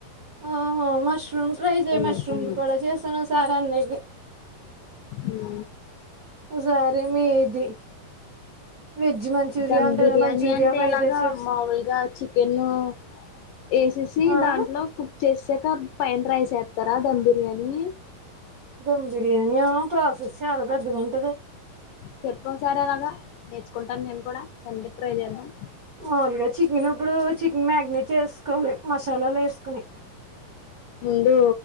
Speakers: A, on the right; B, on the left.
A: ఓహో మష్రూమ్ ట్రై చేయ్
B: పన్నీర్
A: మష్రూమ్
B: కన్నా
A: ది కూడా చేసాను ఓ సార్ అన్నయికి
B: మ్మ్
A: ఓసారి మీది వెజ్ మంచూరియా
B: దమ్
A: ఉంటది
B: బిర్యానీ
A: మంచూరియా
B: అంటే
A: ఫ్రైడ్
B: ఎలాగా
A: రైస్ చేసి
B: మామూలుగా చికెను ఏసేసి
A: ఆ
B: దాంట్లో కుక్ చేస్తే కబ్ పైన్ రైస్ వేత్తారా ధమ్ బిర్యానీ
A: దమ్ బిరియాని ఆ ప్రాసెస్ శచాల పెద్దగుంట
B: చెప్ప ఒకసారేలాగా నేర్చుకుంటాను నేను కూడా సండే ట్రై చేద్దాం
A: మాముూలుగా చికెన్ ఇప్పుడు చికెన్ మ్యాగినేట్ చేసుకోవాలి, మసాలాలు వేసుకోని
B: <inaudible> ముందు